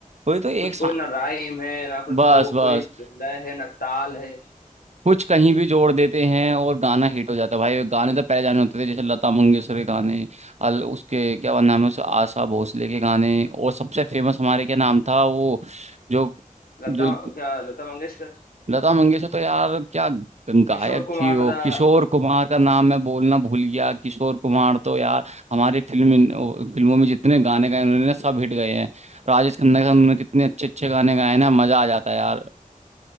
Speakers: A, on the right; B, on the left.
A: वही तो एक
B: कुछ कोई ना राइम है ना कुछ
A: बस
B: वो
A: बस
B: कोई लय है ना ताल है
A: कुछ कहीं भी जोड़ देते हैं और गाना हिट हो जाता है भाई गाने तो पहले जाने होते थे जैसे लता मंगेशकर के गाने अल उसके क्या नाम है उस आशा भोसले के गाने और सबसे फेमस हमारे क्या नाम था वो जो
B: लता
A: जो
B: क्या लता मंगेशकर
A: लता मंगेशकर तो यार क्या गायक
B: किशोर कुमार
A: थी वो
B: दा
A: किशोर कुमार का नाम मैं बोलना भूल गया किशोर कुमार तो यार हमारी फिल्म इन- ओ, फिल्मों में जितने गाने गाए उन्होंने सब हिट गए हैं राजेश खन्ना के साथ उन्होंने कितने अच्छे अच्छे गाने गाए हैं ना मजा आ जाता है यार